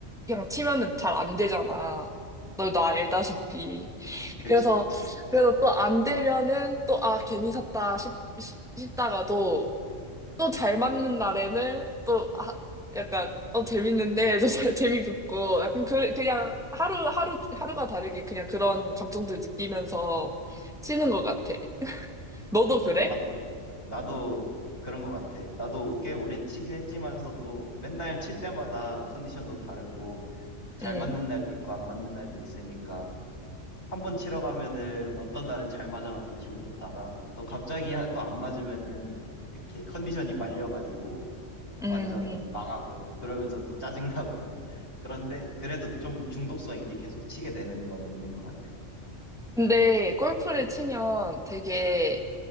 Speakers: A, in the centre; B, on the left.
A: 그냥 치면은 잘 안 되잖아. 너도 알다시피.
B: 그치,
A: 그래서
B: 그치.
A: 그래서 또 안 되면은 또 아 괜히 샀다 싶, 싶, 싶다가도 또 잘 맞는 날에는 또 아, 약간 어 재밌는데 저 잘 <laughs> 재미붙고 약간 그, 그냥 하루 하루 하루가 다르게 그냥 그런 감정들 느끼면서 치는 것 같아. 너도 그래?
B: 음, 나도, 나도 그런 것 같아. 나도 꽤 오래 치긴 했지만서도 맨날 칠 때마다 컨디션도 다르고 잘
A: 음,
B: 맞는 날도 있고 안 맞는 날도 있으니까 한 번 치러 가면은 어떤 날은 잘 맞아가지고 기분 좋다가 또 갑자기 또 안 맞으면은 이렇게 컨디션이 말려가지고 완전
A: 음.
B: 망하고 그러면서 또 짜증나고 <laughs> 그런데 그래도 좀 중독성 있게 계속 치게 되는 건 있는 것 같아.
A: 근데 골프를 치면 되게